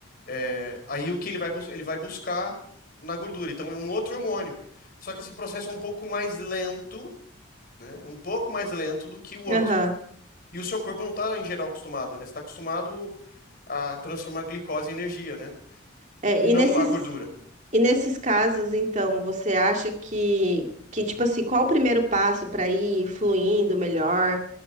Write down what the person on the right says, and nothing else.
Aham.
É,
e
nesses,
e nesses casos, então, você acha que, que tipo assim, qual o primeiro passo para ir fluindo melhor?